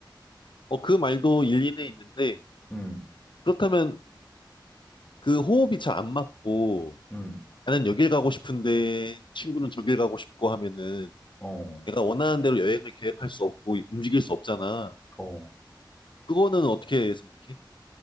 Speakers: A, on the left; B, on the left.
A: 어, 그 말도 일리는 있는데
B: 음,
A: 그렇다면 그 호흡이 잘 안 맞고
B: 음,
A: 나는 여길 가고 싶은데 친구는 저길 가고 싶고 하면은
B: 어,
A: 내가 원하는 대로 여행을 계획할 수 없고 움직일 수 없잖아.
B: 어.
A: 그거는 어떻게 생각해?